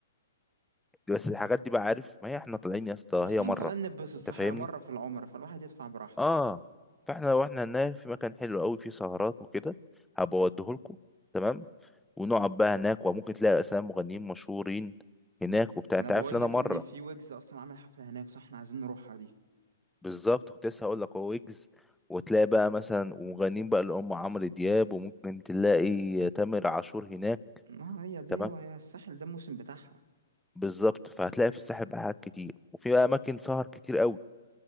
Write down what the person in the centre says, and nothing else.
بس الحاجات دي بقى عارف ما هي احنا طالعين يا اسطى
هي
مره
انت فاهمني
اه فاحنا لو احنا هناك في مكان حلو قوي فيه سهرات وكده هبقى اوديهولكوا تمام ونقعد بقى هناك وممكن تلاقي اسامي مغنيين مشهورين هناك وبتاع
انت
عارف ان انا
مره
بالظبط كنت لسه هقول لك هو ويجز وتلاقي بقى مثلا ومغنيين بقى اللي هم عمرو دياب وممكن تلاقي تامر عاشور هناك
تمام
بالظبط فهتلاقي في الساحل بقى حاجات كتير وفي بقى اماكن سهر كتير قوي